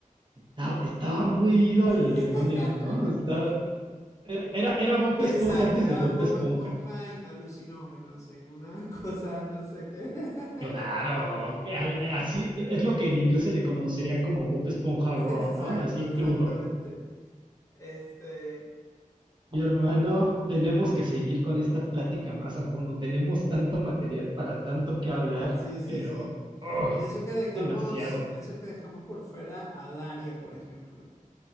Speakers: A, on the right; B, on the left.
A: Estaba, estaba muy ido
B: Sí.
A: al
B: <laughs>
A: demonio, ¿no? Estaba, Era, era, era Bob
B: Exacto,
A: Esponja antes
B: era
A: de Bob
B: Bob
A: Esponja.
B: Esponja en alucinógenos, en una <laughs> cosa, no sé qué. <laughs>
A: Claro, que al- así es lo que en inglés se le conocería como Bob Esponja Raw,
B: <laughs> Exacto,
A: ¿no? Así
B: exactamente.
A: crudo.
B: Este,
A: Mi hermano, tenemos que seguir con esta plática más a fondo. Tenemos tanto material para tanto que hablar,
B: sí, sí,
A: pero
B: sí.
A: oh,
B: Y eso que dejamos,
A: demasiado.
B: eso que dejamos por fuera a Daria, por ejemplo.